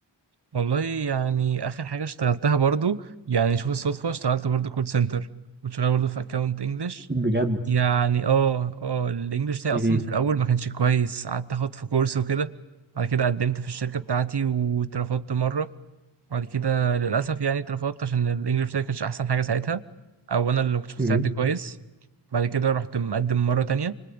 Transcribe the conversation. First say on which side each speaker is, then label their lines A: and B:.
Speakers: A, on the right; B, on the right.
A: والله يعني اخر حاجه اشتغلتها برضو يعني شوف الصدفه اشتغلت برضو كول سنتر كنت شغال برضو في اكونت انجلش
B: بجد
A: يعني اه اه الانجليش بتاعي
B: مهم.
A: اصلا في الاول ما كانش كويس قعدت اخد في كورس وكده بعد كده قدمت في الشركه بتاعتي واترفضت مره بعد كده للاسف يعني اترفضت عشان الانجليش بتاعي كانش احسن حاجه ساعتها او انا اللي ما كنتش مستعد
B: مهم.
A: كويس بعد كده رحت مقدم مره تانية